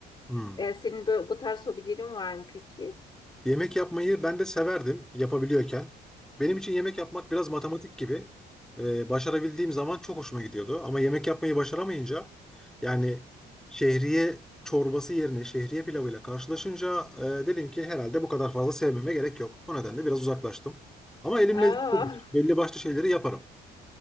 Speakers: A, in the centre; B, on the left.
A: Hmm.
B: E, senin bu, bu tarz hobilerin var mı peki?
A: Yemek yapmayı ben de severdim yapabiliyorken. Benim için yemek yapmak biraz matematik gibi. Ee, başarabildiğim zaman çok hoşuma gidiyordu. Ama yemek yapmayı başaramayınca yani şehriye çorbası yerine şehriye pilavıyla karşılaşınca e, dedim ki herhalde bu kadar fazla sevmeme gerek yok. O nedenle biraz uzaklaştım. Ama elimle
B: Aa,
A: belli başlı şeyleri yaparım.